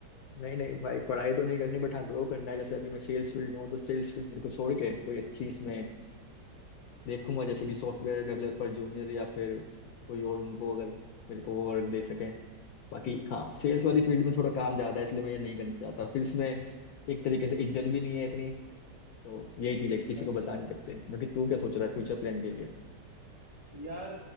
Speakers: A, on the left; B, on the right.
A: नहीं नहीं भाई पढ़ाई तो नहीं करनी बट हाँ ग्रो करना है जैसे अभी मैं सेल्स फील्ड में हूँ तो सेल्स फील्ड को छोड़ के कोई अच्छी इसमें देखूंगा जैसे कि सॉफ्टवेयर डेवलपर जूनियर या फिर कोई और उनको अगर मेरे को वो वर्क दे सके बाकी हाँ
B: हम्म,
A: सेल्स वाली फील्ड में थोड़ा काम ज्यादा है इसलिए मैं ये नहीं करना चाहता फिर इसमें एक तरीके से इज्जत भी नहीं है इतनी तो यही चीज है कि किसी
B: अच्छा
A: को बता नहीं सकते बाकी तू क्या सोच रहा है फ्यूचर प्लान के लिए
B: यार